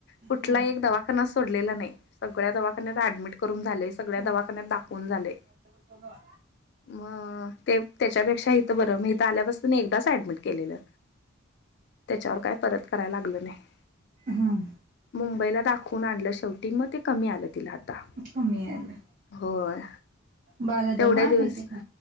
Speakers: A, on the left (about 55°); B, on the right (about 40°).
A: कुठला
B: हां.
A: एक दवाखाना सोडलेला नाही, सगळ्या दवाखान्यात ऍडमिट करून झाले, सगळ्या
B: हां.
A: दवाखान्यात दाखवून झाले.
B: <unintelligible>
A: <unintelligible> मग ते त्याच्यापेक्षा इथं बरं मी इथं, आल्यापासून एकदाच ऍडमिट केलेलं. त्याच्यावर काय परत करायला लागलं नाही.
B: हं.
A: मुंबईला दाखवून आणलं शेवटी, मग ते कमी आलं तिला आता.
B: कमी यायला.
A: होय
B: बालदमा
A: तेवढ्या
B: आहे
A: दिवस
B: तिला.